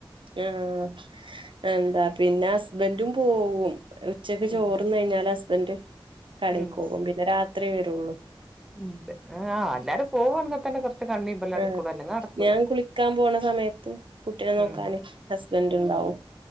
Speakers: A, on the right (about 65°); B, in the centre.
A: ആഹ് എന്താ പിന്നെ ഹസ്ബൻറും പോവും. ഉച്ചക്ക്
B: ഉം
A: ചോറുന്ന് കഴിഞ്ഞാൽ ഹസ്ബൻറ് കടെക്ക്
B: ഉം
A: പോകും പിന്നെ രാത്രിയെ വരുള്ളൂ.
B: ഉം ആഹ് എല്ലാരും പോവാണെങ്കിൽ തന്നെ കുറച്ച് <unintelligible> അടക്കൂട
A: ആഹ്
B: അല്ല <unintelligible>
A: ഞാൻ കുളിക്കാൻ പോണ സമയത്ത് കുട്ടീനെ നോക്കാനെ
B: ഉം
A: ഹസ്ബൻറ് ഉണ്ടാവും